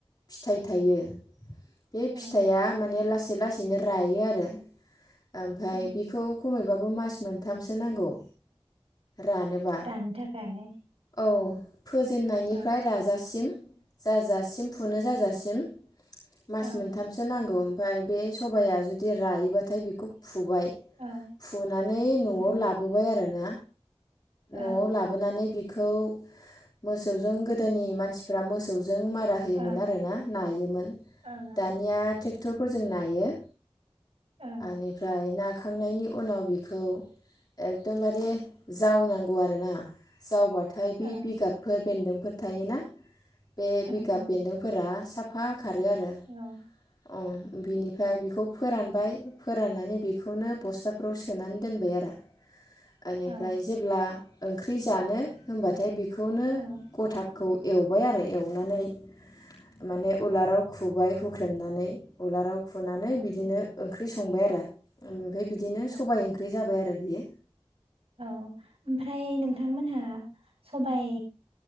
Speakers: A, on the left; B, on the right.
A: फिथाइ थायो। बे
B: ओं
A: फिथाइआ माने लासै लासैनो रायो आरो। ओमफाय
B: ओं
A: बेखौ खमोय बाबो मास मोनथामसो नांगौ। रानोबा
B: रानो थाखाय
A: औ फोजेननायनिफ्राय
B: ओं
A: राजासिम जाजासिम जाजासिम।
B: ओं
A: मास मोनथामसो नांगौ। ओमफाय बे सबाया जुदि रायोबाथाय बेखौ फुबाय
B: ओं
A: फुनानै न'आव
B: उम
A: लाबोबाय आरोना
B: ओं
A: न'आव लाबोनानै बि खौ मोसौजों गोदोनि मानसिफ्रा मोसौ जों मारा होयोमोन।
B: ओं
A: आरोना नायोमोन
B: ओं
A: दानिया ट्रेक्टरफोर जों नायो।
B: ओं
A: आनिफ्राय ना खांनायनि उनाव बिखौ एकदमबारे जावनांगौ आरोना जावबाथाय बे
B: ओं
A: बिगाबफोर बेन्दोंफोर थायोना। बे
B: ओं
A: बिगाब
B: ओं
A: बेन्दों मा साफा खारो आरो
B: औ
A: उम बिनिफ्राय बेखौ फोरानबाय फोराननानै बेखौनो बस्थाफोराव सोनानै दोनबाय आरो। एनिफ्राय
B: औ
A: जेब्ला ओंख्रि जानो होबाथाय बे खौनो
B: औ
A: गथा खौ एवबाय आरो एवनानै माने उलाराव खुबाय हुख्रेमनानै उलाराव फुनानै
B: ओं
A: बिदिनो ओंख्रि संबायआरो ओ। फाय बिदिनो
B: औ
A: सबाइ ओंख्रै जाबायआरो। बियो
B: औ ओमफ्राय नोंथांमोनहा सबाइ